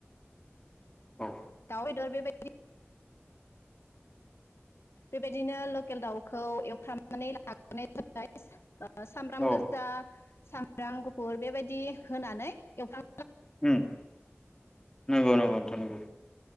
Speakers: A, on the left; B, on the left.
A: औ
B: दाव बेदर बेबादि बेबायदिनो लकेल दाउखौ एवफ्रामनानै लाग्रोनाय जाबाय ओ सामब्राम
A: औ
B: गोजा सामब्राम गुफुर बेबायदि होनानै एवफ्राम
A: उम नंगौ नंगौ नोंथां नंगौ।